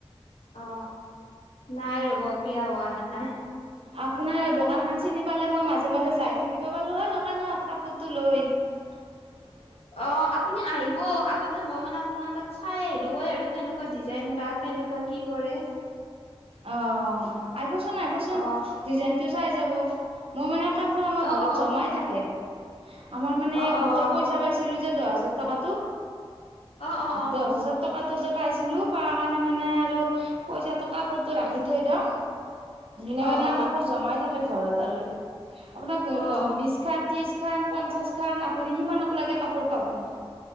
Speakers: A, on the left (about 70°); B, on the right (about 65°).
A: অ, নাই ৰ'বা বিয়া হোৱা নাই।
B: আপোনাৰ দোকান খন চিনি পালে মই মাজে, মাজে যাই থাকিব পালো হয় দোকানত কাপোৰ টো লৈ। <inaudible>
A: অ, আপুনি আহিব আগতে মই মানে আপোনাৰ তাত চাই আহিলোঁ হয় আৰু কেনেকুৱা দিজা যেন বা কেনেকুৱা কি কৰে।
B: আহ, আহিবচোন, আহিবচোন
A: অ
B: ডিজাইনটো চাই যাব। মোৰ মানে কাপোৰ আমাৰ
A: অ
B: ঘৰত
A: অ
B: জমাই থাকে আমাৰ মানে
A: অ অ অ অ
B: গোটৰ পইচা পাইছিলো যে দহ হাজাৰ টকা,
A: অ অ
B: দহ
A: অ
B: হাজাৰ টকাটো যে পাইছিলো। পোৱা কাৰণে মানে আৰু পইচাটো কাপোৰটো ৰাখি থৈ দিওং। <unintelligible>
A: অ
B: মানে
A: অ
B: কাপোৰ জমাই থাকে ঘৰত আৰু। আপোনাক
A: অ অ
B: বিশখান, ত্ৰিশ খান, পঞ্চাশ খান আপুনি সিমানক লাগে কাপোৰ পাব।